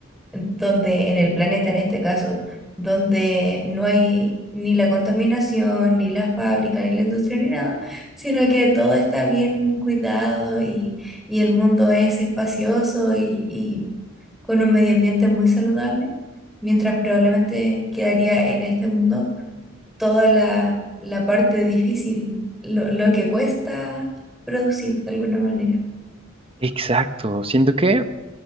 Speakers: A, in the centre; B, on the right.
A: donde en el planeta en este caso, donde no hay ni la contaminación, ni la fábrica, ni la industria, ni nada, sino que todo está bien cuidado y, y el mundo es espacioso y, y con un medio ambiente muy saludable, mientras probablemente quedaría en este mundo toda la, la parte difícil, lo, lo que cuesta producir de alguna manera.
B: Exacto, siento que,